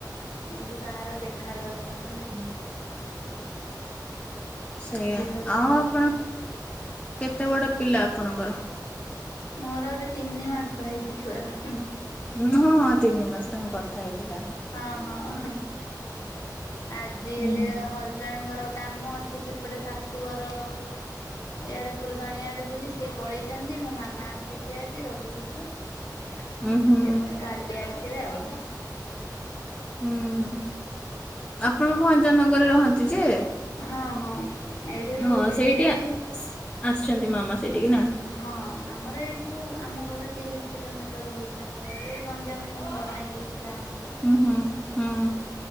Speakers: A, on the left (about 55°); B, on the left (about 15°).
A: କିନ୍ତୁ କାହାର ଦେଖା ଦର୍ଶନ ନାହିଁ ।
B: ସେଇଆା
A: ଏମିତି ସବୁ
B: ଆଉ
A: ହଉଛି।
B: ଆପଣ କେତେ ବଡ ପିଲା ଆପଣଙ୍କର?
A: ମୋର ଏବେ ତିନି ମାସ ହେଇଛି ଛୁଆକୁ ।
B: ହଁ ହଁଁ ତିନି ମାସରେ ମୁଁ କଥା ହେଇଥିଲା ।
A: ହଁ ହଁ। ଆଜି
B: ହୁଁ
A: ହେଲେ ହଜବେଣ୍ଟଙ୍କର କାମ ଅଛି ସେପଟେ ଶାଶୁ ଘର ଏଇଆଡେ ଫୁଲବାଣି ଆଡେ ବୋଲି ସିଏ ପଳେଇଚନ୍ତି ମୋ ମାମା ଆସିଚି ଆଜି ରହିବ ସିଏ ।
B: ଉଁ ହୁଁ
A: ଆ ସିଏ ପୁଣି କାଲି ଆସିବେ ଆଉ।
B: ହୁଁ ଆପଣ ଭଞ୍ଜନଗରରେ ରହନ୍ତି ଯେ?
A: ହଁ ହଁ ଏଇଠି ରହୁଚୁ
B: ହଁ ସେଇଠି
A: ସିଏ ବି
B: ଆସିଛନ୍ତି ମାମା ସେଇଠିକି ନା
A: ହଁ ଆମର ଏଇଠୁ ହଉ ଆମ ଘର ତିରିଶ କିଲୋମିଟର ହଉଛି ଆମର ଏଇ ଗଞ୍ଜାମରେ ହିଁ ଗଦାଙ୍ଗୀ ଗାଁ ଆମର
B: ଉଁ ହୁଁ ହୁଁ